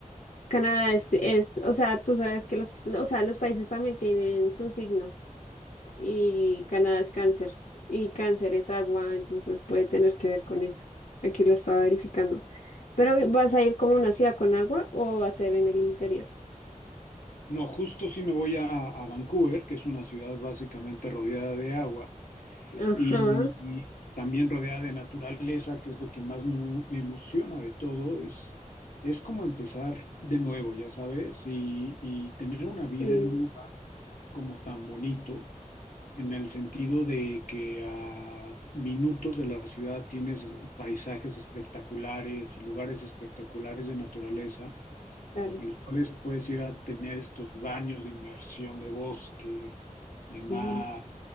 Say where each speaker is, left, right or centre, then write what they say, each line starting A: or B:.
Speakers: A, on the left; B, on the left.
A: Canadá es, es, o sea, tú sabes que los, o sea, los países también tienen su signo y Canadá es cáncer y cáncer es agua, entonces puede tener que ver con eso. Aquí lo estaba verificando. Pero ¿vas a ir como una ciudad con agua o va a ser en el interior?
B: No, justo si me voy a, a Vancouver, que es una ciudad básicamente rodeada de agua,
A: Ajá,
B: y también rodeada de naturaleza, que es lo que más me, me emociona de todo, es, es como empezar de nuevo, ya sabes, y, y tener una vida
A: sí,
B: en un lugar como tan bonito, en el sentido de que a minutos de la ciudad tienes paisajes espectaculares y lugares espectaculares de naturaleza
A: claro.
B: a los cuales puedes ir a tener estos baños de inmersión de bosque, de mar.
A: Ujú,